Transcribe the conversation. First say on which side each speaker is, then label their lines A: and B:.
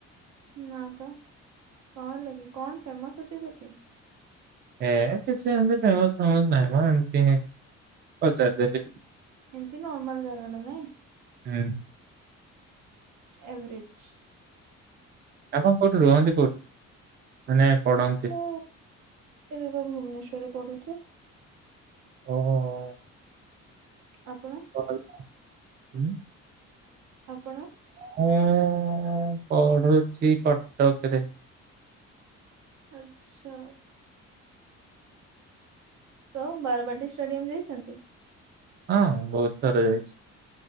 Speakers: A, on the right; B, on the right.
A: ନା ତ କଁ ହେଲା କିି କଣ ଫେମସ୍ ଅଛି ସେଠି?
B: ହେ କିଛି ଏମତି ଫେମସ୍ ଫେମସ୍ ନାହିଁ ମ ଏମତି ପଚାରିଦେଲି।
A: ଏମତି ନର୍ମାଲ୍ ଜାଗାଟା ନାଇଁ।
B: ହୁଁ।
A: ଏଭରେଜ୍।
B: ଆପଣ କୋଉଠି ରୁହନ୍ତି କୋଉ ମାନେ ପଢନ୍-
A: ମୁଁ ଏବେ ବା ଭୁବନେଶ୍ୱରରେ ପଢୁଚି।
B: ଓ ହୋ ହୋ।
A: ଆପଣ?
B: <unintelligible> ହୁଁ।
A: ଆପଣ
B: ମୁଁ ପଢୁଛି କଟକରେ।
A: ଆଚ୍ଛା। ତ ବାରବାଟୀ ଷ୍ଟାଡିୟମ୍ ଯାଇଚନ୍ତି?
B: ହଁ ବୋହୁତ ଥର ଯାଇଛି।